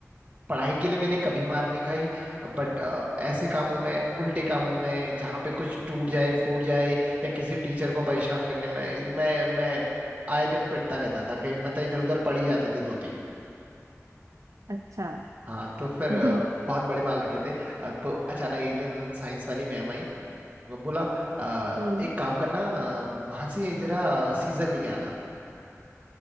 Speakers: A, on the right (about 25°); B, on the right (about 80°).
A: पढ़ाई के लिए मैंने कभी मार नहीं खाई बट ऐसे कामों में उल्टे कामों में जहाँ पे कुछ टूट जाए फूट जाए या किसी टीचर को परेशान करने में इनमें मैं आए दिन पिटता रहता था कहीं मतलब इधर उधर पड़ ही जाते थे दो तीन
B: अच्छा
A: हाँ तो फिर
B: <laughs>
A: अ, बहुत बड़े बाल रखे थे अ, तो अचानक एक दिन साइंस वाली मैम आई वो बोला "अ,
B: हम्म
A: एक काम करना अ, वहाँ से जरा सीजर लेके आना